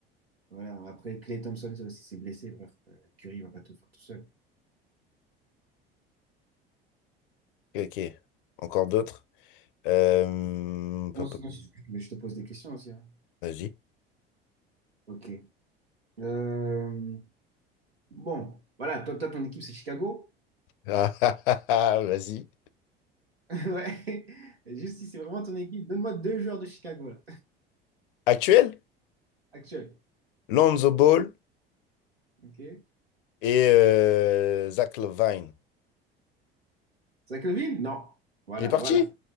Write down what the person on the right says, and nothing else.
voilà. Après, Clay Thompson ça aussi s'est blessé. Bref, euh, Curry va pas tout faire tout seul.
Non, c'est-
non, c'est- mais je te pose des questions aussi. hein.
Ok. Euh, bon, voilà. Toi, toi, ton équipe, c'est Chicago.
<laughs> Ouais. Juste si c'est vraiment ton équipe, donne-moi deux joueurs de Chicago, là.
actuels,
Ok.
Zach Levine? Non. Voilà,
voilà.